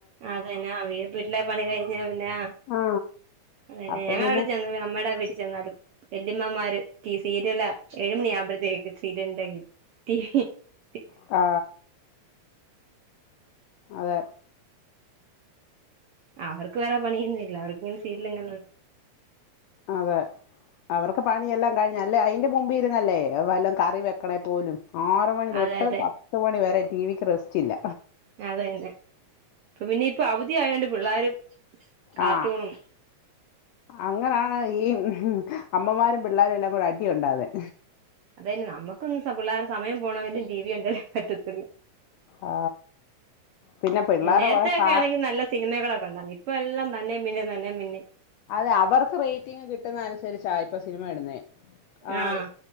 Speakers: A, on the right; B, on the left.
A: അതന്നാ വീ വീട്ടിലെ എല്ലാ പണി കഴിഞ്ഞ പിന്നാ
B: ആ
A: അതന്നെ
B: അപ്പൊ
A: ഞ
B: പിന്നെ
A: അവിടെ ചെന്ന അമ്മയുടെ വീട്ടിൽ ചെന്നാലും വെല്ലിമ്മമാര് സീരിയലാ ഏഴുമണി ആവുമ്പഴത്തേക്കും സീരിയലിന്റെ <unintelligible>
B: ആ അതെ
A: ആ അവർക്ക് വേറെ പണിയൊന്നൂല്ല അവർക്കിങ്ങനെ സീരിയലും കണ്ടോണ്ട്
B: അതെ അവർക്ക് പണിയെല്ലാം കഴിഞ്ഞ അല്ലേ അതിന്റെ മുമ്പിൽ ഇരുന്നല്ലേ വല്ലോം കറി വെക്കണേ പോലും ആറ് മണി
A: അതെ
B: തൊട്ട്
A: അതെ
B: പത്ത് മണി വരെ ടിവിക്ക് റസ്റ്റ്‌ ല്ല
A: അത തന്നെ അപ്പൊ പിന്നെ ഇപ്പൊ അവധി ആയണ്ട് പിള്ളാരും കാർട്ടൂണും
B: ആ അങ്ങനാണ് ഈ അമ്മമാരും പിള്ളാരും എല്ലാം കൂടെ അടിയുണ്ടാവുന്നെ
A: അതെയെന്നെ നമുക്കൊന്ന് പിള്ളേർ സമയം പോണമെങ്കിലും ടി വി കണ്ടേ പറ്റത്തില്ല
B: ആ പിന്നെ പിള്ളേരെ
A: നേരത്തെയൊക്കെ
B: കുറെ കാർ
A: ആണെങ്കിൽ നല്ല സിനിമകളൊക്കെ ഇപ്പ എല്ലാം തന്നെയും പിന്നെയും തന്നെയും പിന്നെയും
B: അതെ അവർക്ക് റേറ്റിംഗ് കിട്ടുന്ന അനു രിച്ചാ ഇപ്പോ സിനിമ ഇടുന്നേ ആ
A: ആഹ്